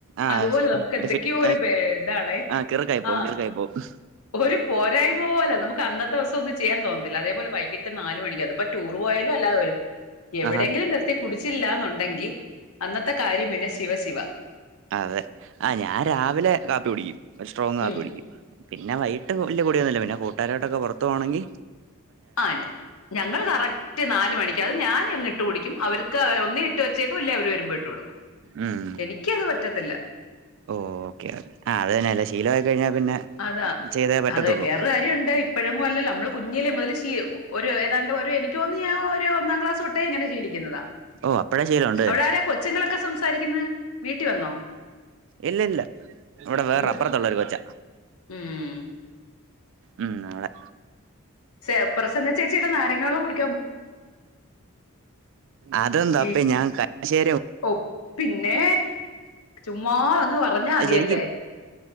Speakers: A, on the right (about 60°); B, on the left (about 85°).
A: ആഹ്
B: അതുപോലെ നമുക്ക് എന്തൊക്കെയോ
A: ഫിറ്റ്
B: ഒരു ബേ ഇതാണെ
A: ആഹ് കിറുക്കായി പോവും
B: ആഹ്
A: കിറുക്കായി പോവും
B: ഒരു പോരായ്മ പോ പോലാ നമുക്ക് അന്നത്തെ ദിവസം ഒന്നും ചെയ്യാൻ തോന്നത്തില്ല അതേപോലെ വൈകിട്ട് നാല് മണിക്കും അതിപ്പോ ടൂർ പോയാലും അല്ലാതെ പോയാലും. എവിടെയങ്കിലും
A: ആഹാ
B: നിർത്തി കുടിച്ചില്ലാന്നൊണ്ടെങ്കി അന്നത്തെ കാര്യം പിന്നെ ശിവ ശിവ.
A: അതെ ആഹ് ഞാൻ രാവിലെ കാപ്പി കുടിക്കും സ്ട്രോങ്ങ് കാപ്പി
B: ഉം
A: കുടിക്കും, പിന്നെ വൈട്ട് വല്ല്യ കൂടിയൊന്നുമില്ല പിന്നെ കൂട്ടുകാരായിട്ടൊക്കെ പൊറത്തു പോവാണെങ്കി
B: ആഹ് <unintelligible> ഞങ്ങള് കറക്റ്റ് നാല് മണി ക്കും അത് ഞാന് അങ്ങ് ഇട്ട് കുടിക്കും, അവർക്ക് ഒന്നേ ഇട്ട് വച്ചേക്കും ഇല്ലേ അവര് വരുമ്പോ ഇട്ട് കൊടുക്കും.
A: ഉം
B: എനിക്കത് പറ്റത്തില്ല.
A: ഓക്കെ ഓക്കെ ആഹ് അത് തന്നെ അല്ലേ ശീലമായി കഴിഞ്ഞാൽ പിന്നെ
B: അതാ
A: ചെയ്തേ പറ്റത്തുള്ളൂ
B: അതെ വേറൊരു കാര്യൊണ്ട് ഇപ്പഴെങ്ങും അല്ലല്ലോ നമ്മള് കുഞ്ഞി കുഞ്ഞിലെ മുതല് ശീ ഒരു ഏതാണ്ട് ഒരു എനിക്ക് തോന്നുന്ന് ഞാൻ ഒരു ഒന്നാം ക്ലാസ് തൊട്ട് ട്ടെ ഇങ്ങനെ ശീലിക്കുന്നതാ
A: ഓ അപ്പഴേ ശീലമുണ്ട്
B: അവിടാരാ കൊച്ചുങ്ങളെക്ക് ക്കെ സംസാരിക്കുന്നെ വീട്ടി വന്നോ
A: ഇല്ല ഇല്ല ഇവിടെ വേറെ
B: അയ്യോ
A: അപ്പുറത്തുള്ളൊരു കൊച്ച
B: ഉം
A: ഉം അവിടെ
B: സെ പ്രസന്ന ചേച്ചിടെ നാരങ്ങ വളള്ളം കുടി
A: അതെന്താ അപ്പൊ
B: ഈ
A: ഞാൻ കാ ശെ
B: ഓ പിന്നെ ചുമ്മാതാങ്ങ് പറഞ്ഞാ
A: അത്
B: മതിയല്ലേ
A: ശരിക്കും